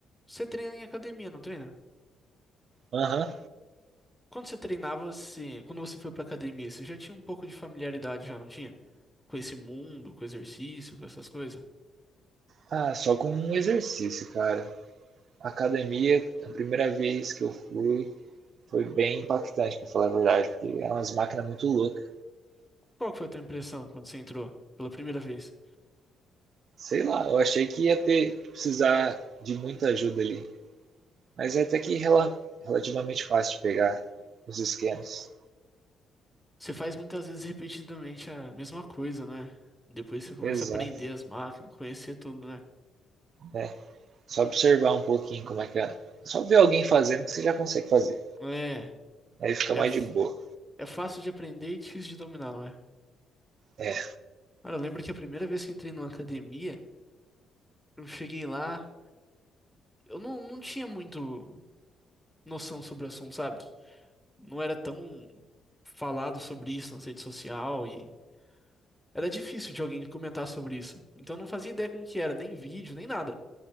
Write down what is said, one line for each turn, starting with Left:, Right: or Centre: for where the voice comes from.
Centre: Você treina em academia, não treina?
Right: Aham.
Centre: Quando você treinava, você... quando você foi pra academia, você já tinha um pouco de familiaridade, já não tinha? Com esse mundo, com exercício, com essas coisas?
Right: Ah, só com um exercício, cara. Academia, a primeira vez que eu fui, foi bem impactante, pra falar a verdade, porque eram umas máquinas muito loucas.
Centre: Qual que foi a tua impressão quando você entrou pela primeira vez?
Right: Sei lá, eu achei que ia ter que precisar de muita ajuda ali. Mas é até que rela- relativamente fácil de pegar os esquemas.
Centre: Você faz muitas vezes repetidamente a mesma coisa, né? Depois você começa
Right: Exato.
Centre: a aprender as máquinas, conhecer tudo, né?
Right: É. Só observar um pouquinho como é que é. Só ver alguém fazendo que você já consegue fazer.
Centre: É,
Right: Aí fica
Centre: é,
Right: mais
Centre: f-
Right: de boa.
Centre: é fácil de aprender e difícil de dominar, não é?
Right: É.
Centre: Cara, eu lembro que a primeira vez que entrei numa academia, eu cheguei lá, eu não, não tinha muito noção sobre o assunto, sabe? não era tão falado sobre isso na rede social e era difícil de alguém comentar sobre isso. Então eu não fazia ideia como que era, nem vídeo, nem nada.